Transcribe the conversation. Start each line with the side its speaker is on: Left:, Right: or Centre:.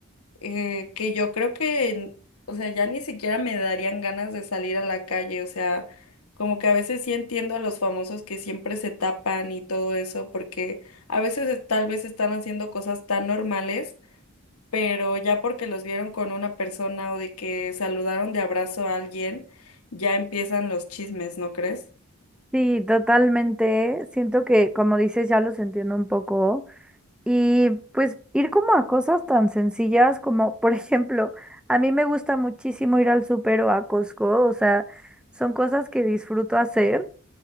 Left: eh, que yo creo que, o sea, ya ni siquiera me darían ganas de salir a la calle, o sea, como que a veces sí entiendo a los famosos que siempre se tapan y todo eso, porque a veces es- tal vez están haciendo cosas tan normales, pero ya porque los vieron con una persona o de que saludaron de abrazo a alguien, ya empiezan los chismes, ¿no crees?
Centre: Sí, totalmente. Siento que, como dices, ya los entiendo un poco. Y pues ir como a cosas tan sencillas como, por ejemplo, a mí me gusta muchísimo ir al súper o a Costco, o sea, son cosas que disfruto hacer